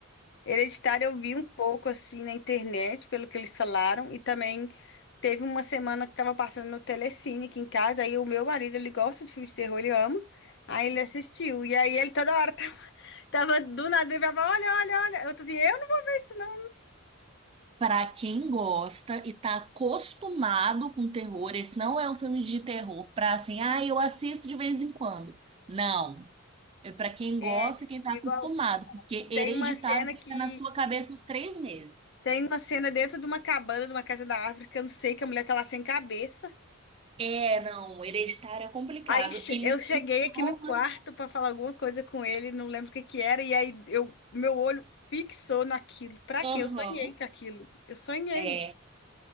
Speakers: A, on the left (about 55°); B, on the right (about 25°).
A: Hereditário eu vi um pouco assim na internet, pelo que eles falaram, e também teve uma semana que tava passando no Telecine aqui em casa, aí o meu marido, ele gosta de filmes de terror, ele ama, aí ele assistiu, e aí ele toda hora tava, <laughs> tava do nada, ele falava, olha, olha, olha, eu tô assim, eu não vou ver isso não.
B: Pra quem gosta e tá acostumado com terror, esse não é um filme de terror pra assim, ah, eu assisto de vez em quando. Não. É pra quem
A: É,
B: gosta e quem tá
A: igual,
B: acostumado, porque Hereditário
A: tem uma cena
B: fica
A: que,
B: na sua cabeça uns três meses.
A: tem uma cena dentro de uma cabana, de uma casa da África, eu não sei, que a mulher tá lá sem cabeça,
B: É, não, hereditário é complicado.
A: Aí che-
B: E me
A: eu cheguei aqui
B: soma.
A: no quarto pra falar alguma coisa com ele, não lembro o que que era, e aí eu, meu olho fixou naquilo. Pra
B: Aham.
A: quê? Eu sonhei com aquilo. Eu sonhei.
B: É.